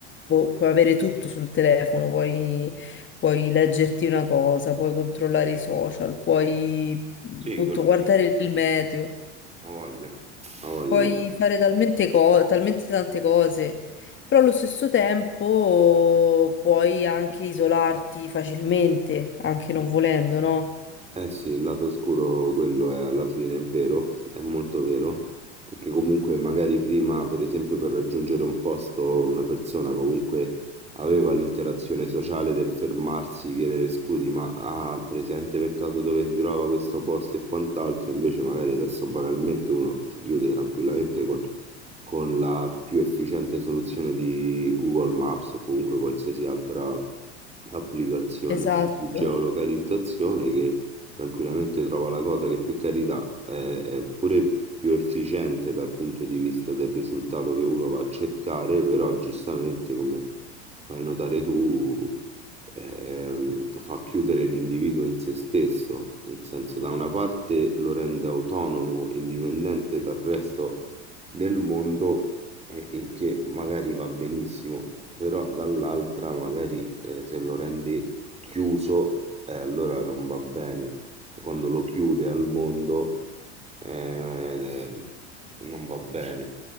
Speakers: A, on the left; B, on the right.
A: boh, puoi avere tutto sul telefono, puoi, puoi leggerti una cosa, puoi controllare i social, puoi
B: Sì,
A: appunto
B: quello
A: guardare
B: sì,
A: il meteo,
B: ha voglia, ha voglia.
A: puoi fare talmente, co- talmente tante cose. Però allo stesso tempo puoi anche isolarti facilmente, anche non volendo, no?
B: Eh sì, il lato oscuro quello è alla fine, è vero, è molto vero, perché comunque magari prima, per esempio, per raggiungere un posto, una persona comunque aveva l'interazione sociale del fermarsi, chiedere scusi, ma ha presente per caso dove si trova questo posto e quant'altro, invece magari adesso banalmente uno si chiude tranquillamente con, con la più efficiente soluzione di Google Maps o comunque qualsiasi altra applicazione
A: Esatto.
B: di geolocalizzazione che tranquillamente trova la cosa che per carità è, è pure più efficiente dal punto di vista del risultato che uno va a cercare, però giustamente come fai notare tu ehm, fa chiudere l'individuo in se stesso, nel senso da una parte lo rende autonomo, indipendente dal resto del mondo, eh, il che magari va benissimo, però dall'altra magari eh, se lo rende chiuso eh, allora non va bene. Cioè, quando lo chiude al mondo eh, non va bene.